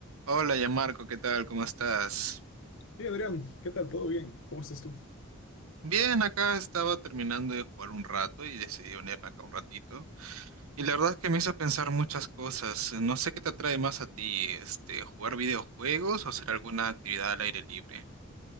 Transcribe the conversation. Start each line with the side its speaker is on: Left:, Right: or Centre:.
Right: Hola, ya Marco, ¿qué tal? ¿Cómo estás?
Left: Hey Adrián, ¿qué tal? ¿Todo bien? ¿Cómo estás tú?
Right: Bien, acá estaba terminando de jugar un rato y decidí unirme acá un ratito. Y la verdad es que me hizo pensar muchas cosas. No sé qué te atrae más a ti, este, jugar videojuegos o hacer alguna actividad al aire libre.